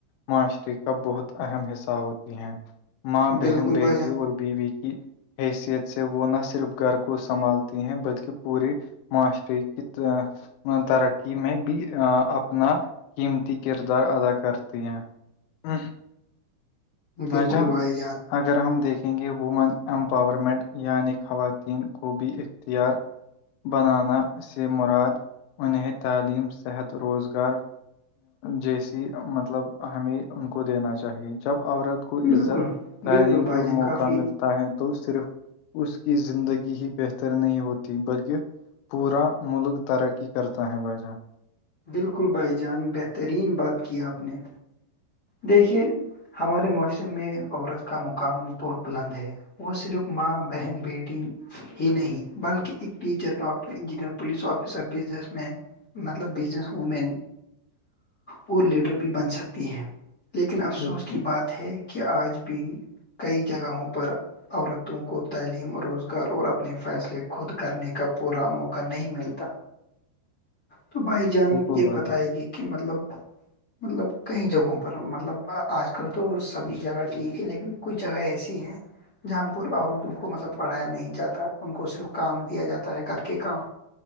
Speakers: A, on the left; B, on the left.
A: معاشرے کا بہت اہم حصہ ہوتی ہیں ماں بہن
B: بالکل
A: بیٹی
B: بھائی جان
A: اور بیوی کی حیثیت سے وہ نہ صرف گھر کو سنبھالتی ہیں بلکہ پوری معاشر کیت <inaudible> ترقی میں بھی اپنا قیمتی کردار ادا کرتی ہیں ہاں <inaudible>
B: بالکل
A: بجان
B: بھائی جان
A: اگر ہم دیکھیں گے وومن ایمپاورمنٹ یعنی خواتین کو بھی اختیار بنانا سے مراد انہیں تعلیم صحت روزگار جیسی مطلب ہمیں ان کو دینا چاہیے جب عورت کو کو عزت
B: بالکل
A: تعلیم
B: بالکل بھائی
A: اور
B: جان
A: موقع
B: کافی
A: ملتا ہے تو صرف اس کی زندگی ہی بہتر نہیں ہوتی بلکہ پورا ملک ترقی کرتا ہے بھائی جان
B: بالکل بھائی جان بہترین بات کی آپ نے دیکھیے ہمارے معاشرے میں عورت کا مقام بہت بلند ہے وہ صرف ماں بہن بیٹی ہی نہیں بلکہ ایک teacher doctor engineer police officer business man مطلب بزنس وومین اور لیڈر بھی بن سکتی ہیں لیکن افسوس
A: بالکل
B: کی بات ہے کہ آج بھی کئی جگہوں پر عورتوں کو تعلیم روزگار اور اپنے فیصلے خود کرنے کا پورا موقع نہیں ملتا تو بھائی جان
A: بالکل
B: یہ
A: بھائی
B: بتائے
A: جان
B: گی کہ مطلب مطلب کئی جگہوں پر مطلب آج کل تو سبھی جگہ ٹھیک ہے لیکن کچھ جگہ ایسی ہیں جہاں پر عورتوں کو مطلب پڑھایا نہیں جاتا ان کو صرف کام دیا جاتا ہے گھر کے کام